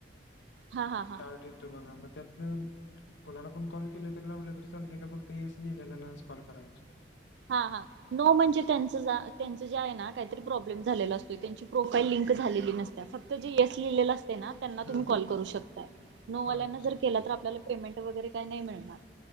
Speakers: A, on the right; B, on the left.
A: हा हा हा
B: चार्ट येतो बघा मग त्यात कोणाला पण कॉल केलं तरी लावलं तर चालतंय एका फक्त एस लिहिलेल्यानाच कॉल करायचा असतो.
A: हां हां. नो म्हणजे त्यांच त्यांच जे आहे ना काहीतरी प्रॉब्लेम झालेला असतोय त्यांची प्रोफाईल लिंक झालेली नसतेय फक्त ते जे येस लिहिलेलं असतय ना त्यांना तुम्ही
B: हा
A: कॉल करू शकताय नो वाल्यांना
B: अच्छा
A: जर केला तर आपल्याला पेमेंट वगैरे काय नाही मिळणार.